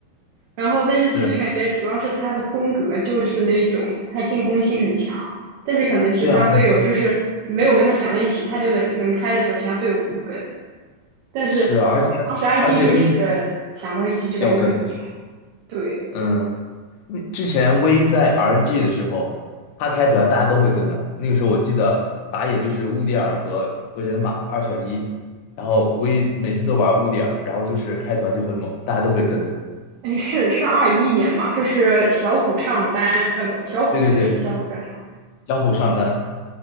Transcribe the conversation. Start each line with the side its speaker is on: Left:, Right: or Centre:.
Right: 然后但是其实感觉主要是他的风格就是那种他进攻性很强，
Left: 是啊，
Right: 但是可能其他队友就是没有跟他想到一起，
Left: 对啊，
Right: 他就能能开的时候其他队友不跟，但是当时
Left: 是啊而且而且那个
Right: IG 就是想到一起就感觉很厉害，
Left: 要跟。
Right: 对。
Left: 嗯。那之前 V 在 RNG 的时候，他开团大家都会跟的。那个时候我记得打野就是乌迪尔和和人马二选一，然后 V 每次都玩乌迪尔，然后就是开团就很猛，大家都会跟。
Right: 哎，是是二一年嘛？这是小虎上单，呃，不，小虎，
Left: 对对对，
Right: 哎，是小虎转上单。
Left: 小虎上单